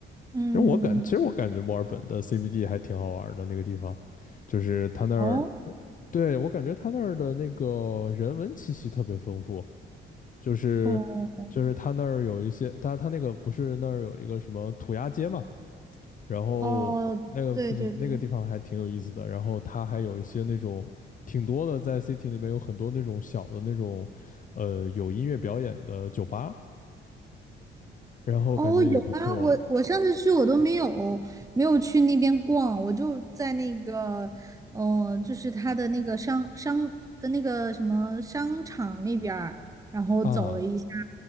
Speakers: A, on the right (about 15°); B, on the left (about 40°).
A: 嗯，
B: 其实我感，其实我感觉墨尔本的 CBD 还挺好玩的那个地方，就是它那儿，
A: 哦。
B: 对，我感觉它那儿的那个人文气息特别丰富，就是就是它那儿有一些，
A: 哦
B: 它它那个不是那儿有一个什么涂鸦街嘛，然后那个附近那个地方还挺有意思的，
A: 哦，对对对，
B: 然后它还有一些那种挺多的，在 city 那边有很多那种小的那种，呃，有音乐表演的酒吧，然后感觉也不错
A: 哦有啊，我我上次去我都没有没有去那边逛，我就在那个，嗯、呃就是他的那个商商呃那个什么商场那边儿然后走了一下，
B: 啊。